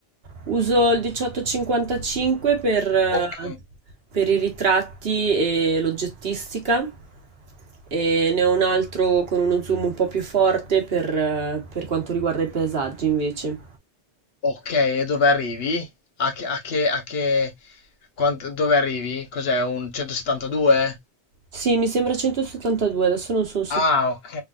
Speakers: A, on the right; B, on the left.
A: Uso il 1855 per, eh,
B: Ok.
A: per i ritratti e l'oggettistica e ne ho un altro con uno zoom un po' più forte per, eh, per quanto riguarda i paesaggi invece.
B: Ok, e dove arrivi? A che, a che, a che, quant- dove arrivi? Cos'è, un 172?
A: Sì, mi sembra 172, adesso non sono sicura.
B: Ah, ok,